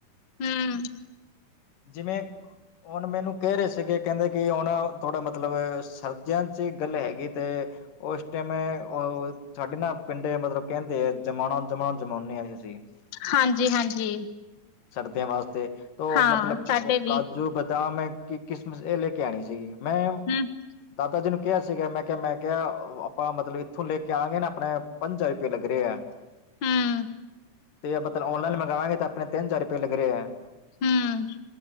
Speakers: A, on the left; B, on the left.
A: ਹੂੰ
B: ਜਿਵੇ, ਹੁਣ ਮੈਨੂੰ ਕਹਿ ਰਹੇ ਸੀਗੇ ਕਹਿੰਦੇ- ਕਿ ਹੁਣ ਥੋੜਾ ਮਤਲਬ, ਸਰਦੀਆਂ 'ਚ ਗੱਲ ਹੈਗੀ ਤੇ- ਉਹਸ਼ ਟਾਈਮ, ਮੈ ਉਹ- ਸਾਡੇ ਨਾ ਪਿੰਡ ਮਤਲਬ ਕਹਿਦੇ ਆ, ਜਮਾਨਾ ਜਮਾਨ ਜਮਾਉਦੇ ਹਾਂ ਅਸੀ।
A: ਹਾਂਜੀ- ਹਾਂਜੀ-
B: ਸਰਦੀਆਂ ਵਾਸਤੇ ਤੋਂ
A: ਹਾਂ
B: ਮਤਲਬ
A: ਸਾਡੇ
B: ਉਹ
A: ਵੀ
B: ਕਾਜੂ ਬਦਾਮ ਹੈ- ਕਿ ਕਿਸਮਿਸ ਇਹ ਲੇ ਕੇ ਆਉਣੀ ਸੀਗੀ ਮੈਂ-
A: ਹੂੰਮ -
B: ਦਾਦਾ ਜੀ ਨੂੰ ਕਿਹਾ ਸੀਗਾ ਮੈ ਕਿਹਾ ਮੈ ਕਿਹਾ ਆਪਾਂ ਮਤਲਬ ਇਥੋਂ ਲੈਕੇ ਆਵਾਂਗੇ ਨਾ ਆਪਣੇ- ਪੰਜ ਹਜ਼ਾਰ ਰੁਪਏ ਲੱਗ ਰਿਹਾ ਐ।
A: ਹੂੰ।
B: ਤੇ ਮਤਲਬ ਔਨਲਾਈਨ ਮੰਗਗਾਵਾਂਗੇ ਤਾਂ ਆਪਣੇ ਤਿੰਨ ਹਜ਼ਾਰ ਰੁਪਏ ਲਗ ਰਹੇ ਹੈ।
A: ਹੂੰਮ -